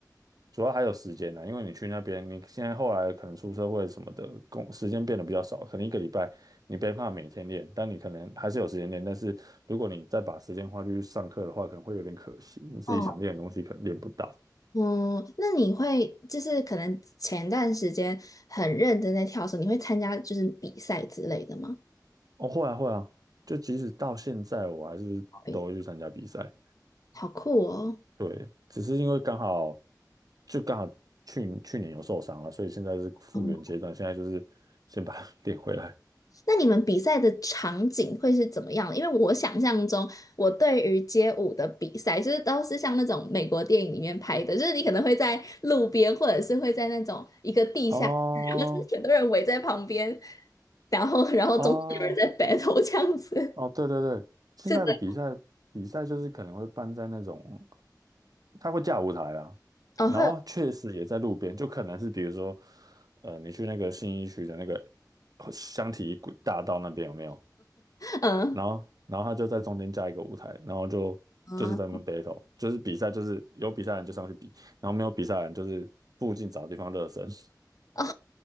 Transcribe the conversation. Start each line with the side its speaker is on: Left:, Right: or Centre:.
Right: 主要还有时间呢、因为你去那边，你现在后来可能出社会什么的，工时间变得比较少，可能一个礼拜你没办法每天练，但你可能还是有时间练，但是如果你再把时间花去上课的话，可能会有点可惜，你自己想练的东西可能练不到。
Left: 哦，嗯，那你会就是可能前段时间很认真在跳绳，你会参加就是比赛之类的吗？
Right: 哦，会啊会啊，就即使到现在我还是都会去参加比赛，
Left: 会好酷哦！
Right: 对，只是因为刚好就刚好去去年有受伤了，所以现在是复原阶段，
Left: 嗯，
Right: 现在就是先把它 <laughs> 练回来。
Left: 那你们比赛的场景会是怎么样的？因为我想象中，我对于街舞的比赛，就是都是像那种美国电影里面拍的，就是你可能会在路边，或者是会在那种一个地下室然后就是很多人围在旁边，
Right: 哦
Left: 然后然后中间有人在
Right: 哦
Left: battle 这样子。
Right: 哦，对对对，现在的比赛比赛就是可能会办在那种，
Left: 是的，
Right: 它会架舞台啦，
Left: 哦，
Right: 然后确实也在路边，
Left: 会有，
Right: 就可能是比如说，呃，你去那个信义区的那个呃香缇大道那边有没有？
Left: 嗯
Right: 然后然后他就在中间加一个舞台，然后就就是在那边
Left: 嗯，
Right: battle，就是比赛，就是有比赛的人就上去比，然后没有比赛的人就是附近找地方热身。<laughs>
Left: 哦，